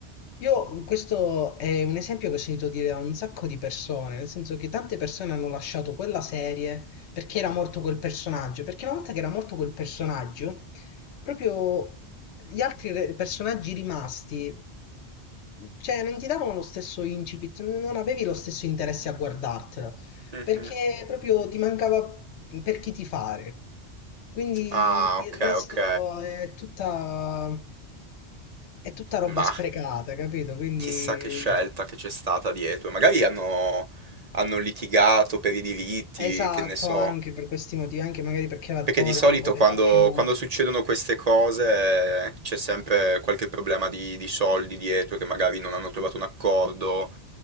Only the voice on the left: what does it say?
io questo è un esempio che ho sentito dire da un sacco di persone, nel senso che tante persone hanno lasciato quella serie perché era morto quel personaggio, perché una volta che era morto quel personaggio, proprio gli altri re- personaggi rimasti Cioè, non ti davano lo stesso incipit, non avevi lo stesso interesse a guardartela,
perché proprio ti mancava per chi tifare. Quindi
il resto
è tutta, è tutta roba
sprecata, capito? Quindi
esatto,
anche per questi motivi, anche magari perché l'attore
non poteva
più,